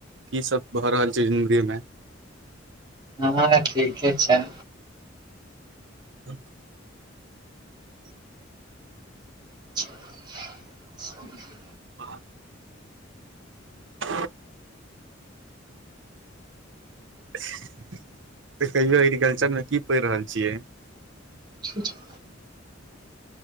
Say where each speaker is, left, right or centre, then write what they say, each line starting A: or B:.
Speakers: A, on the right; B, on the right.
A: की सभ भऽ रहल छै जिन्दगी मे
B: आहाँ न ठीके छै।
A: ह।
B: <unintelligible>
A: ओ। आ। तऽ कहियो एग्रीकल्चर मे की पढ़ि रहल छियै।
B: ठीक छैय।